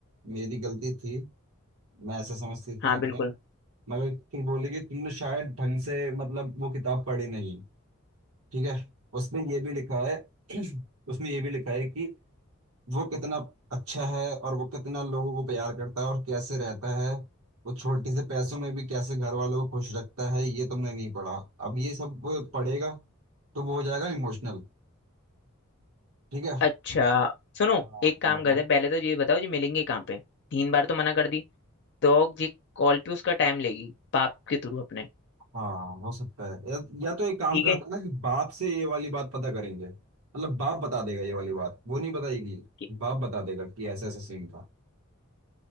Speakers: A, on the right; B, on the left.
A: मेरी गलती थी मैं ऐसा समझती थी
B: हाँ
A: मतलब
B: बिल्कुल
A: मगर फिर बोलेगी तुमने शायद ढंग से मतलब वो किताब पढ़ी नहीं ठीक है उसमें ये भी लिखा है <clears throat> उसमें ये भी लिखा है कि वो कितना अच्छा है और वो कितना लोगों को प्यार करता है और कैसे रहता है वो छोटे से पैसों में भी कैसे घर वालों को खुश रखता है ये तुमने नहीं पढ़ा अब ये सब वो पढ़ेगा तो वो हो जाएगा इमोशनल ठीक है
B: अच्छा सुनो
A: हाँ
B: एक काम
A: हाँ बताओ
B: करते हैं पहले तो ये बताओ जो मिलेंगे कहाँ पे तीन बार तो मना कर दी तो ये कॉल पे उसका टाइम लेगी बाप के थ्रू अपने
A: हाँ हो सकता है या, या तो एक काम
B: ठीक
A: करता
B: है
A: है ना कि बाप से ये वाली बात पता करेंगे मतलब बाप बता देगा ये वाली बात वो नहीं बताएगी
B: कि-
A: बाप बता देगा कि ऐसा ऐसा सीन था